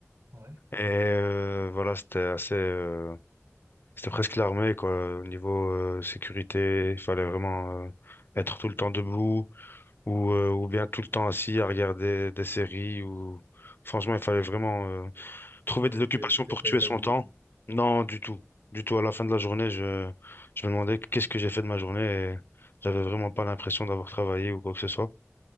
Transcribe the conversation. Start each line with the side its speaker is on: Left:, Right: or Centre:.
Right: Ouais.
Left: Et euh, voilà, c'était assez, euh, c'était presque l'armée quoi. Au niveau euh, sécurité, il fallait vraiment euh, être tout le temps debout ou euh, ou bien tout le temps assis à regarder des séries. Ou franchement, il fallait vraiment euh, Trouver
Right: Ouais,
Left: des occupations
Right: t'étais t'étais
Left: pour
Right: pas
Left: tuer
Right: épanoui,
Left: son temps?
Right: quoi.
Left: Non, du tout. Du tout. À la fin de la journée, je, je me demandais qu'est-ce que j'ai fait de ma journée et j'avais vraiment pas l'impression d'avoir travaillé ou quoi que ce soit.